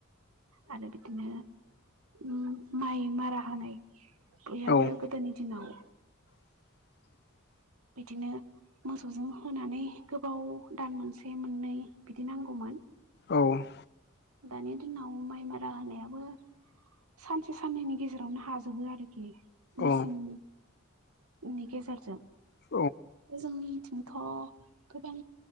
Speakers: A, on the right (about 80°); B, on the left (about 50°).
A: आरो बिदिनो उम माइ मारा होनाय बयहाबो
B: औ
A: गोदोनि दिनाव
B: <inaudible>
A: बिदिनो मोसौजों होनानै गोबाव दान मोनसे मोननै बिदि नांगौमोन।
B: औ
A: दानि दिनाव माइ मारा होनायाबो सानसे साननैनि गेजेरावनो हाजोबो आरोखि मेचिन
B: औ
A: नि गेजेरजों
B: औ
A: जोंनिथिंथ' गोबां